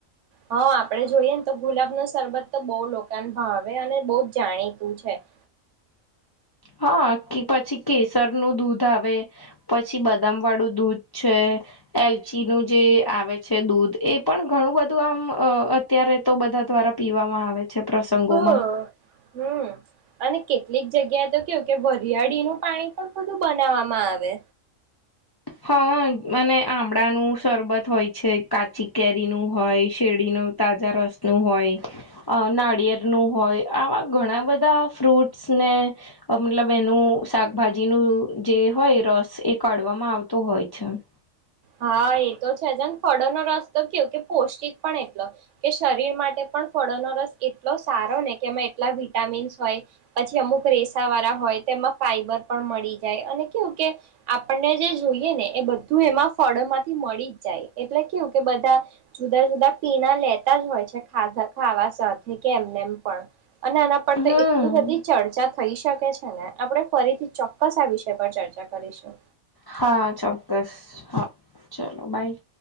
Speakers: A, on the right; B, on the left.
A: હા આપડે જોઈએ ને તો ગુલાબ ન સરરબત તો બહુ લોકા ભાવે અને બહ જ જાણીતું છે. <inaudible>
B: હા કે પછી કેસર નું દૂધ આવે પછી બદામ વાળું દૂધ છે. એલચ નું જે આવે છે દૂધ એ પણ ઘણું બધું આમ અત્યારે તો. બધા દ્વારા પીવામાં આવે છે પ્રસંગોમાં.
A: હ હમ અને કેટલીક જગ્યાએ તો કેવું કે વરિયાળીનું પાણી. બધું બનાવવામાં આવે.
B: હા અને આમળાનું શરબત હોય છે કાચી કેરીનુંું હોય શેરડીનું. તાજા રસ નું હોય નાળિયેર નું હોય આવા ઘણા બધા ફ્રૂટ. ને મતલબ એનું શાકભાજીનુંું જે હોય રસ એ કાઢવામાં આવતો. તો હોય છે.
A: હા એ તો છેજને ફળોનોો રસ તો કે કે પૌષ્ટિક પણ એટલો કે શરીર માટે. પણ ફળોનો રસ એટલો સારો ને કે એમાં એટલા વિટામિન્સ હોય. પછી અમુક રેસા વાળા હોય તેમાં ફાઈબર પણ મળી જાય અને કેવું કે આપણને જે. જોઈએ ને એ બધું એમાં. ફળો માંથી મળી જ જાય એટલે કેવું કે બધા જુદા જુદા પીણા લેતા જ હોય છે ખાધા. વા સાથે કે એમને એમ પણ અને આના પર તો
B: હમ
A: એટલી બધી ચર્ચા. થઈ શકે છે ને આપણે ફરીથી ચોક્કસ આ વિષય પર ચર્ચા કરીશું.
B: હા ચોક્કસ હા ચલોો બાય.